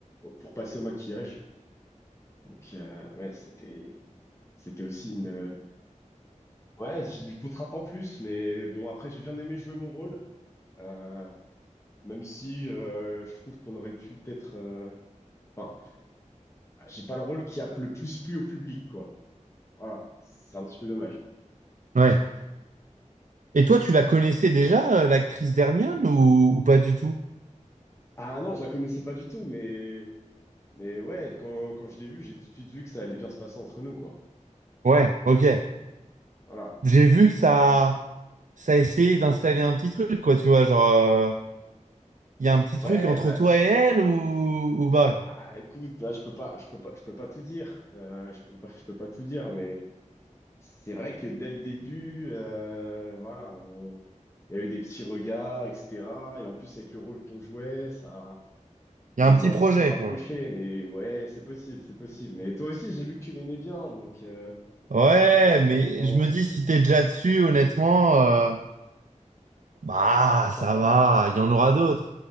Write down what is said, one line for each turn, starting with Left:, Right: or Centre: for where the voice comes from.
Left: pour passer au maquillage. Donc, euh, ouais, c'était, c'était aussi une, ouais, j'ai une contrainte en plus, mais bon, après, j'ai bien aimé jouer mon rôle. Euh, même si, euh, je trouve qu'on aurait pu peut-être, euh, enfin, j'ai pas le rôle qui a le plus plu au public, quoi. Voilà. C'est un petit peu dommage.
Right: Ouais. Et toi, tu la connaissais déjà, euh, l'actrice d'Hermione, ou... ou pas du tout?
Left: Ah non, je la connaissais pas du tout, mais Mais ouais, quand, quand je l'ai vu, j'ai tout de suite vu que ça allait bien se passer entre nous, quoi.
Right: Ouais, ok.
Left: Voilà.
Right: J'ai vu que ça... ça a essayé d'installer un petit truc, quoi, tu vois. Genre, euh, il y a un petit truc
Left: Ouais,
Right: entre
Left: bah,
Right: toi et elle, ou, ou pas? quoi.
Left: ah, écoute, là, je peux pas, je peux pas, je peux pas tout dire. Euh, je peux pas, je peux pas tout dire, mais c'est vrai que dès le début, euh, voilà, on- il y a eu des petits regards, etc. Et en plus, avec le rôle qu'on jouait, ça,
Right: Il
Left: ça
Right: y a
Left: nous
Right: un petit
Left: a un
Right: projet,
Left: petit peu rapprochés.
Right: quoi.
Left: Mais ouais, c'est possible, c'est possible. Mais toi aussi, j'ai vu que tu l'aimais bien, donc euh,
Right: Ouais,
Left: je sais pas,
Right: mais
Left: je me sens.
Right: je me dis, si t'es déjà dessus, honnêtement, euh, bah,
Left: Ah, c'est sympa.
Right: ça va, il y en aura d'autres.